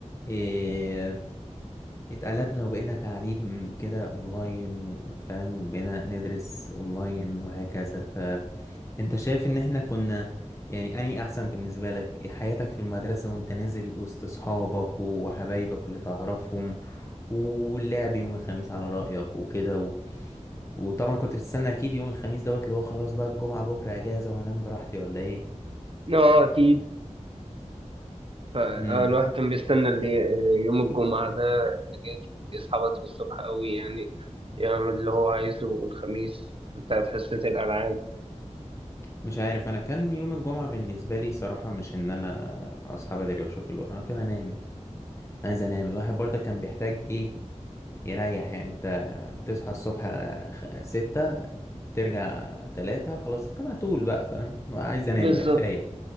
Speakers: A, on the left; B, on the right.
A: إيه اتقلبنا وبقينا تعليم كده اونلاين وفاهم بقينا ندرس اونلاين وهكذا فانت شايف ان احنا كنا يعني اني احسن بالنسبة لك حياتك في المدرسة وانت نازل وسط اصحابك وحبايبك اللي تعرفهم واللعب يوم الخميس على رأيك وكده وطبعا كنت بتستنى اكيد يوم الخميس دوت اللي هو خلاص بقى الجمعة بكرة اجازة وهنام براحتي ولا ايه
B: اه اكيد فالواحد
A: امم
B: كان بيستنى اللي آه، يوم الجمعة ده أجازة يصحى بدري الصبح قوي يعني يعمل اللي هو عايزه الخميس بتاعت حصة الألعاب
A: مش عارف انا كان يوم الجمعة بالنسبة لي صراحة مش ان انا اصحى بدري واشوف الوقت انا كان انام عايز انام الواحد برضه كان بيحتاج ايه يريح يعني انت بتصحى الصبح خ- ستة ترجع تلاتة خلاص انت مقتول بقى فاهم عايز انام
B: وبالظبط
A: بقى كفاية